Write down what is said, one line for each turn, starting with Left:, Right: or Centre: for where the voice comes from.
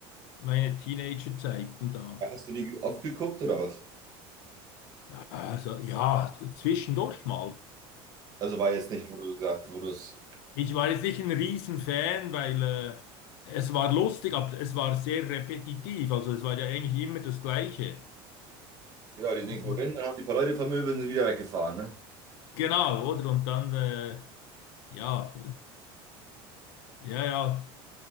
Left: meine Teenagerzeiten da.
Right: Ja, Hast du die oft geguckt oder was?
Left: Also ja, zwischendurch mal.
Right: Also war jetzt nicht, wo du gesagt, wo du es.
Left: Ich war jetzt nicht ein Riesenfan, weil äh, es war lustig, aber es war sehr repetitiv. Also es war ja eigentlich immer das Gleiche.
Right: Ja, die sind
Left: Das,
Right: irgendwo hin, dann haben die paar Leute vermöbelt und sind wieder weggefahren, ne?
Left: genau, oder? Und dann äh, Ja, <laughs> ja, ja,